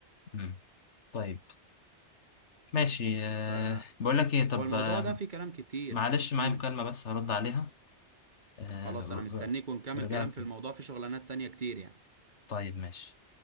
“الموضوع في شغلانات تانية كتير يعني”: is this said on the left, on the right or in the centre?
Right